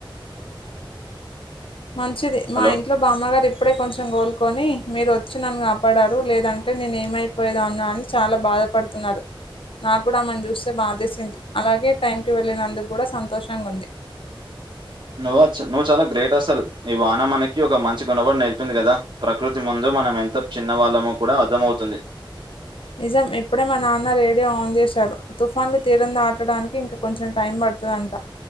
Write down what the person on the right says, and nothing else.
హలో
నువ్వా నువ్వు చాలా గ్రేట్ అసలు ఈ వాన మనకి ఒక మంచి గునపటం నేర్పి పింది కదా ప్రకృతి ముందు మనం ఎంత చిన్న వాళ్ళమో కూడా అర్థం అవుతుంది